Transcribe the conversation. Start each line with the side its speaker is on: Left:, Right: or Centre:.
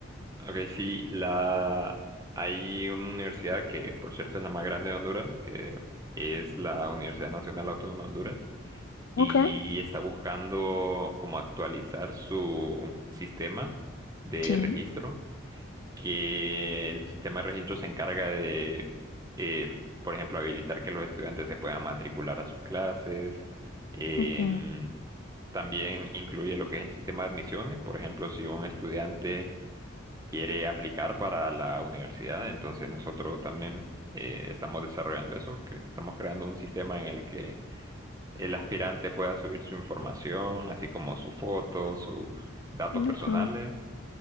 Right: ok, sí, la, hay una universidad que, por cierto, es la más grande de Honduras, que es la Universidad Nacional Autónoma de Honduras, y
Left: Ok,
Right: está buscando como actualizar su sistema de
Left: Sí,
Right: registro que el sistema de registro se encarga de, eh, por ejemplo, habilitar que los estudiantes se puedan matricular a sus clases. Em,
Left: ok,
Right: también incluye lo que es el sistema de admisiones. Por ejemplo, si un estudiante quiere aplicar para la universidad, entonces nosotros también eh, estamos desarrollando eso, que estamos creando un sistema en el que el aspirante pueda subir su información, así como su foto, sus datos personales
Left: ok.